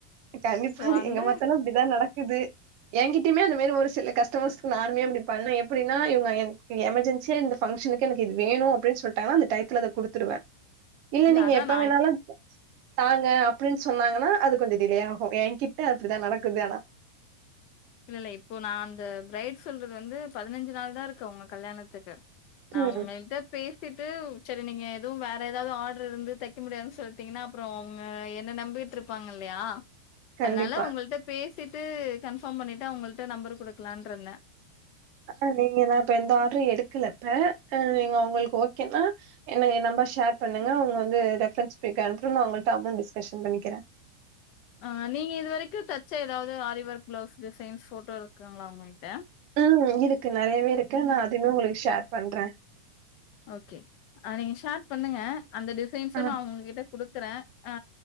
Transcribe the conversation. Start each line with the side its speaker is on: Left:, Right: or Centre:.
Right: கண்டிப்பா
Left: சோ
Right: அது
Left: அந்த
Right: எங்க பாத்தாலு அப்டிதா நடக்குது ஏங்கிட்டயுமே அந்த மாரி ஒரு சில கஸ்டமர்ஸ்கு நானுமே அப்டி பன்ன எப்டினா இவுங்க என் எமர்ஜன்சியா இந்த ஃபன்ஷனுக்கு எனக்கு இது வேணு அப்டின் சொல்டாங்கான அந்த டைத்துல அதக் குடுத்துடுவ இல்ல நீங்க
Left: அதான்
Right: எப்ப
Left: நான்
Right: வேணாலு த தாங்க அப்டின் சொன்னாங்கனா அது கொஞ்ச டிலே ஆகு ஏங்கிட்ட அப்டிதா நடக்குது ஆனா
Left: இல்ல இல்ல இப்போ நா அந்த பிரைட் சொல்றது வந்து பதினஞ்சு நாள் தா இருக்கு அவுங்க கல்யாணத்துக்கு நா
Right: ம்
Left: உங்கள்ட்ட பேசிட்டு சரி நீங்க எதும் வேற எதாவது ஆட்ரு இருந்து தெக்க முடியாதுன் சொல்ட்டீங்கன்னா அப்புறொ அவுங்க என்ன நம்பி ட்ருபாங்க இல்லையா
Right: கண்டிப்பா
Left: அதனால உங்கள்ட்ட பேசிட்டு கன்ஃபார்ம் பண்ணிட்டு அவுங்கள்ட்ட நம்பர் குடுக்கலான்ருந்த
Right: ஆ நீங்க நா இப்ப எந்த ஆட்ரு எடுக்கல இப்ப நீங்க உங்களுக்கு ஓகேன்னா என்ன ஏ நம்பா ஷேர் பண்ணுங்க உங்க வந்து ரெஃப்ரன்ஸ் பிக் அனுப்புட்டு நா உங்கள்ட்ட அமௌண்ட் டிஸ்கஷன் பண்ணிக்கிறே
Left: ஆ நீங்க இது வரைக்குந் தச்ச எதாவ்து ஆரிவொர்க் ப்ளவுஸ் டிசைன்ஸ் ஃபோட்டோ இருக்காங்களா உங்கள்ட்ட
Right: ம் இருக்கு நறையவே இருக்கு நா அதுவே உங்களுக்கு ஷேர் பண்றே
Left: ஓகே அ நீங்க ஷேர் பண்ணுங்க அந்த டிசைன்ஸும்
Right: ஆ
Left: நா உங்க கிட்ட குடுக்குறே ஆ